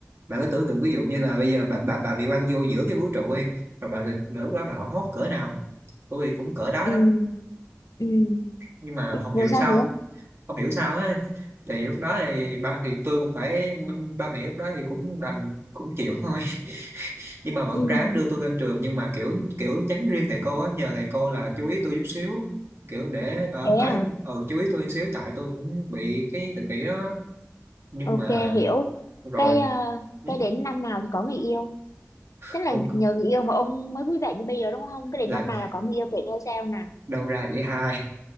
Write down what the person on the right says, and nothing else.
bạn cứ tưởng tượng ví dụ như là bây giờ bà bà, bà bị quăng vô giữa cái vũ trụ đi rồi bà bà- lúc đó bà hoảng hốt cỡ nào tôi thì cũng cỡ đó
đó
nhưng mà không
hiểu
sao
không hiểu sao á thì lúc đó thì ba thì tôi cũng phải ba mẹ lúc đó thì cũng đành cũng chịu thôi <laughs> nhưng mà vẫn
ráng đưa tôi lên trường nhưng mà kiểu kiểu nhắn riêng thầy cô á nhờ thầy cô là chú ý tôi chút xíu kiểu để ờ,
có
ờ, chú ý tôi chút xíu tại tôi cũng bị cái tự kỷ đó nhưng
mà
rồi
ừ,
không
làm
đâu ra vậy hai